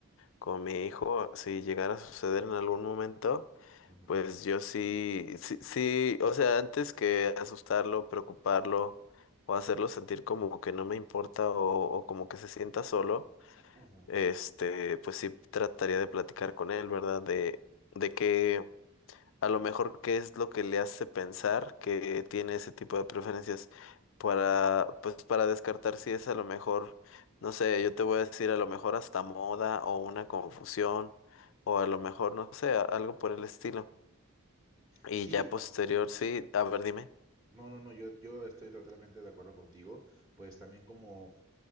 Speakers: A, on the left; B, on the right.
A: con mi hijo, si llegara a suceder en algún momento.
B: Ujú.
A: Pues yo sí, sí, sí, o sea, antes que asustarlo, preocuparlo o hacerlo sentir como que no me importa o, o como que se sienta solo,
B: Ujú.
A: este, pues sí trataría de platicar con él, ¿verdad? De, de que a lo mejor qué es lo que le hace pensar que tiene ese tipo de preferencias para, pues para descartar si es a lo mejor, no sé, yo te voy a decir a lo mejor hasta moda o una confusión o a lo mejor, no sé, a- algo por el estilo y
B: Sí,
A: ya posterior, sí, a ver, dime.
B: no, no, no, yo, yo estoy totalmente de acuerdo contigo. Pues también como